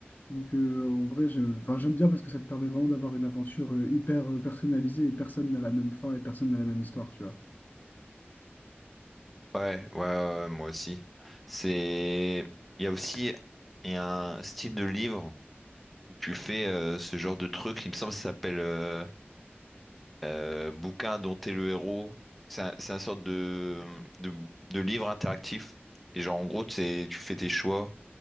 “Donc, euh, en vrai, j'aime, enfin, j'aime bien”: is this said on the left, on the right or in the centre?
Left